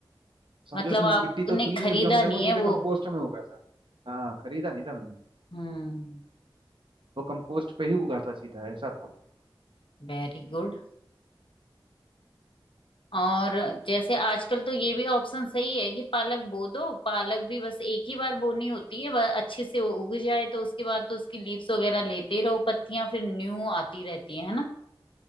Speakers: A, on the right (about 70°); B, on the left (about 70°).
A: समझो
B: मतलब
A: उसमें
B: आपने
A: मिट्टी तो थी ही
B: खरीदा
A: नहीं उस गमले
B: नहीं
A: में वो
B: है
A: सीधे
B: वो
A: कंपोस्ट में उगा था हाँ खरीदा नहीं था मैंने
B: हम्म
A: वो कंपोस्ट पे ही उगा था सीधा ऐसा था
B: Very good और जैसे आजकल तो ये भी ऑप्शन सही है कि पालक बो दो पालक भी बस एक ही बार बोनी होती है वह अच्छे से वो उग जाए तो उसके बाद तो उसकी लीव्स वगैरह लेते रहो पत्तियां फिर न्यू आती रहती है है ना